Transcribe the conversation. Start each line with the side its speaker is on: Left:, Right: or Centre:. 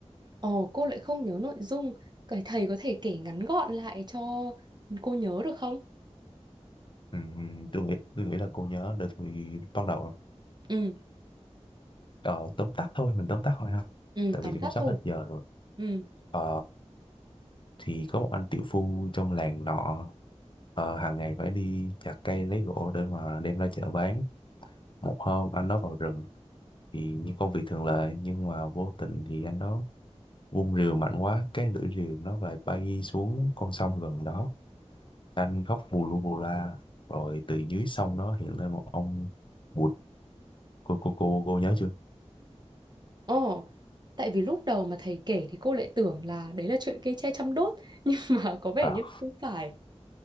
Right: ồ cô lại không nhớ nội dung. Cái thầy có thể kể ngắn gọn lại cho cô nhớ được không?
Left: ừ, tôi nghĩ tôi nghĩ là cô nhớ để tôi bắt đầu
Right: Ừ,
Left: Ờ, tóm tắt thôi mình tóm tắt thôi ha
Right: ừ,
Left: tại
Right: tóm
Left: vì
Right: tắt
Left: cũng sắp
Right: thôi.
Left: hết giờ rồi
Right: Ừ.
Left: Ờ, thì có một anh tiểu phu trong làng nọ ờ, hàng ngày phải đi chặt cây lấy gỗ để mà đem ra chợ bán một hôm anh đó vào rừng thì như công việc thường lệ nhưng mà vô tình thì anh đó vung rìu mạnh quá cái lưỡi rìu nó lại bay xuống con sông gần đó anh khóc bù lu bù la rồi từ dưới sông đó hiện lên một ông bụt cô cô cô cô nhớ chưa
Right: Ồ, tại vì lúc đầu mà thầy kể thì cô lại tưởng là đấy là chuyện cây tre chăm đốt <laughs> nhưng mà có vẻ
Left: à,
Right: như không phải.